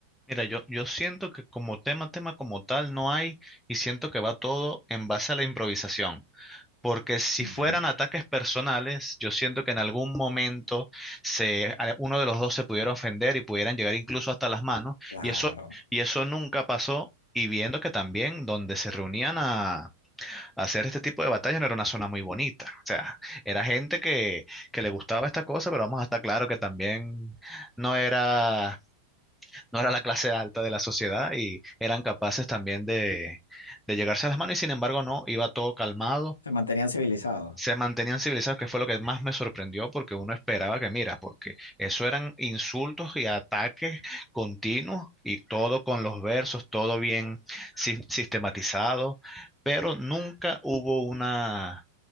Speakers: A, in the centre; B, on the left.
A: Mira, yo, yo siento que como tema, tema como tal no hay y siento que va todo en base a la improvisación. Porque si
B: Ok,
A: fueran ataques personales, yo siento que en algún momento se, a- uno de los dos se pudiera ofender y pudieran llegar incluso hasta las manos.
B: Claro.
A: Y eso, y eso nunca pasó. Y viendo que también donde se reunían a, a hacer este tipo de batallas no era una zona muy bonita. O sea, era gente que, que le gustaba esta cosa, pero vamos a estar claro que también no era no era la clase alta de la sociedad y eran capaces también de, de llegarse a las manos y sin embargo no, iba todo calmado,
B: Se mantenían civilizados.
A: se mantenían civilizados, que fue lo que más me sorprendió porque uno esperaba que, mira, porque eso eran insultos y ataques continuos y todo con los versos, todo bien sis- sistematizado, pero nunca hubo una